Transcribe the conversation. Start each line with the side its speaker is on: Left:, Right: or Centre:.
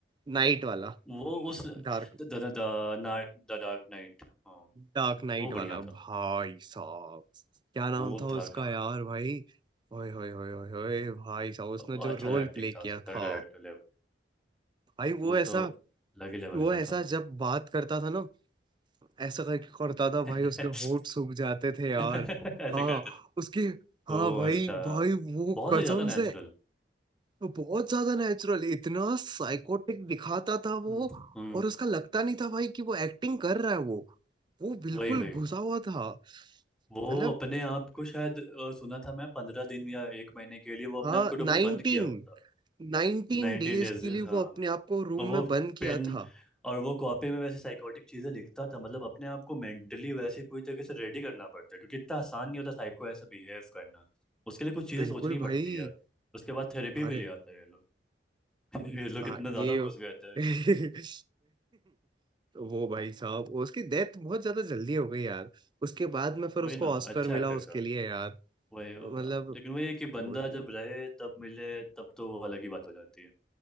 Right: नाइट वाला
Centre: वो उस द
Right: डार्क
Centre: द डार्क नाइट हाँ
Right: डार्क नाइट
Centre: वो बढ़िया
Right: वाला
Centre: था
Right: भाई साहब क्या नाम
Centre: वो
Right: था
Centre: था
Right: उसका
Centre: कहानी
Right: यार भाई ओए होए होए होए होए भाई साहब
Centre: और
Right: उसने
Centre: अच्छा
Right: जो रोल
Centre: एक्टिंग
Right: प्ले
Centre: था
Right: किया
Centre: उसका तगड़ा
Right: था
Centre: एक्टर लेवल
Right: भाई वो
Centre: वो
Right: ऐसा
Centre: तो अलग ही लेवल
Right: वो
Centre: का
Right: ऐसा
Centre: था
Right: जब बात करता था ना ऐसा करके करता
Centre: <laughs>
Right: था भाई उसके होंठ सूख जाते थे यार
Centre: ऐसे
Right: हाँ
Centre: करते थे
Right: उसके
Centre: तो
Right: हाँ भाई
Centre: अच्छा
Right: भाई वो
Centre: बहुत
Right: कसम
Centre: ही ज्यादा नेचुरल
Right: से वो बहुत ज्यादा नेचुरल इतना साइकोटिक दिखाता था वो
Centre: हम्म हम्म
Right: और उसका लगता नहीं था भाई कि वो एक्टिंग कर रहा है वो वो बिल्कुल
Centre: वही वही
Right: घुसा हुआ था
Centre: वो
Right: मतलब
Centre: अपने आप को शायद अ, सुना था मैं पंद्रह दिन या एक महीने के लिए वो अपने
Right: हाँ
Centre: आप को
Right: नाइनटीन
Centre: रूम में बंद किया हुआ था
Right: नाइनटीन
Centre: नाइनटीन
Right: डेज
Centre: डेज
Right: के लिए
Centre: हाँ
Right: वो अपने आप को रूम
Centre: और वो
Right: में बंद किया
Centre: पेन
Right: था
Centre: और वो कॉपी में वैसे साइकोटिक चीजें लिखता था मतलब अपने आप को मेंटली वैसे पूरी तरीके से रेडी करना पड़ता है क्योंकि इतना आसान नहीं होता साइक को ऐसा बिहेव करना उसके लिए कुछ चीजें
Right: बिल्कुल
Centre: सोचनी
Right: भाई
Centre: पड़ती है उसके बाद थेरेपी भी
Right: अरे
Centre: ले आता है ये लोग <laughs> ये लोग
Right: हाँ
Centre: इतना ज्यादा
Right: ये
Centre: घुस गए थे
Right: <laughs>
Centre: डीप
Right: वो भाई साहब उसकी डेथ बहुत ज्यादा जल्दी हो गई यार उसके बाद में फिर
Centre: वही
Right: उसको
Centre: ना
Right: ऑस्कर
Centre: अच्छा
Right: मिला
Centre: एक्टर
Right: उसके
Centre: था
Right: लिए यार
Centre: वही अ,
Right: मतलब
Centre: लेकिन वही है कि बंदा
Right: वो,
Centre: जब रहे तब मिले तब तो वो अलग ही बात हो जाती है